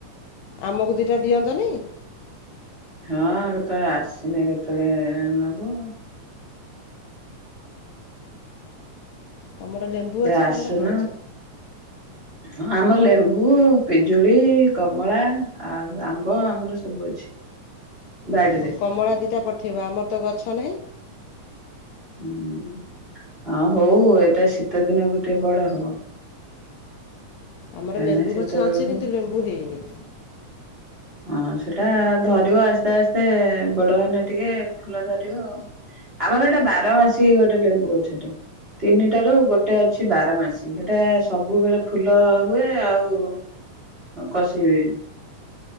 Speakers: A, on the left; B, on the right.
A: ଆମକୁ ଦିଇଟା ଦିଅନ୍ତନି।
B: ହଁ କେତେବେଳେ ଆସିନେ କେତେବେଳେ ନବ।
A: ତମର ଲେମ୍ବୁ ଅଛି
B: ଆସୁନ
A: ତମର ଖାଉଚ।
B: ହଁ ଆମର ଲେମ୍ବୁ, ପିଜୁଳି, କମଳା ଆଉ ଆମ୍ବ ଆମର ସବୁ ଅଛି ବାଡିରେ।
A: ହୋଉ କମଳା ଦିଇଟା ପ ଠେଇବ ଆମର ତ ଗଛ ନାହିଁ।
B: ହୁଁ ହଁ ହୋଉ ଏଟା ଶୀତ ଦିନକୁ ଟିକେ ବଡ ହବ।
A: ଆମର
B: ହେନେ
A: ଲେମ୍ବୁ
B: ଶୀତ
A: ଗଛ
B: ବେଳକୁ
A: ଅଛି କିନ୍ତୁ ଲେମ୍ବୁ ହେଇନି।
B: ହଁ ସେଟା ଧରିବ ଆସ୍ତେ ଆସ୍ତେ ବଡ ହେନେ ଟିକେ ଫୁଲ ଧରିବ। ଆଉ ଆମର ଏଟା ବାରମାସୀ ଗୋଟେ ଲେମ୍ବୁ ଗଛଟେ ତିନିଟାରୁ ଗୋଟେ ଅଛି ବାରମାସୀ ହେଟା ସବୁବେଳେ ଫୁଲ ହୁଏ ଆଉ କଷିବି।